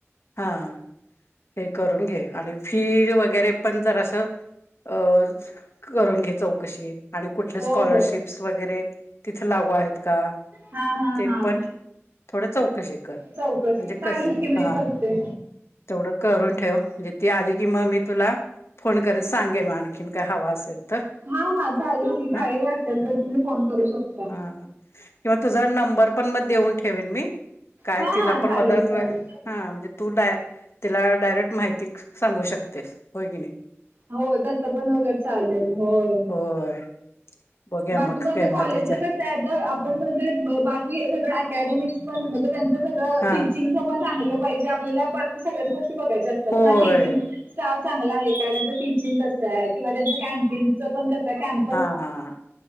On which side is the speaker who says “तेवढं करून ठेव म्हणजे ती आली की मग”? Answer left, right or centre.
Left